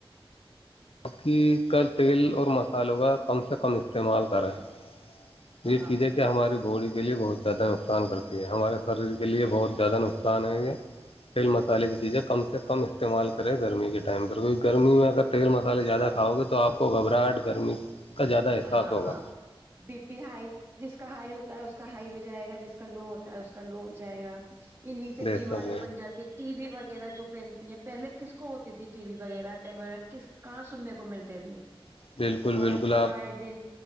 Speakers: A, on the left (about 80°); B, on the right (about 25°).
A: بکی کل تیل اور مصالحوں کا کم سے کم استعمال کریں <unintelligible>
B: ہاں
A: یہ چیزیں
B: ہاں
A: کیا ہماری بوڑی <unintelligible> کے لی بہت زیادہ نقصان کرتے <unintelligible> یہ ہمارے شریر کے لیے بہت <unintelligible> زیادہ نقصان ہے یہ <unintelligible> تیل مسالے کی چیزیں کم <unintelligible> س کم ہے <unintelligible> استعمال کرے گرمی کے ٹائم پر کوئی <unintelligible> گرمی میں <unintelligible> تیل مسالے زیادہ کا گے آپ گبر <unintelligible> فراٹ گرمی <unintelligible> احساس
B: ہاں
A: ہوگا
B: ہاں بی پی ہائی جس کا ہائی ہوتا ہے اس کا ہائی ہو جائے گا جس کا لو ہوتا ہے اس کا لو ہو جائے گا انہیں سے
A: بے
B: بیماریاں
A: شک
B: بن جاتی ہیں ٹی وی وغیرہ جو بہنتی ہیں پہلے کس کو ہوتی تھی ٹی وی وغیرہ کس کہاں سننے کو ملتے تھے <unintelligible>
A: بالکل
B: اور
A: بالکل
B: اب
A: <unintelligible>
B: تو آئے دن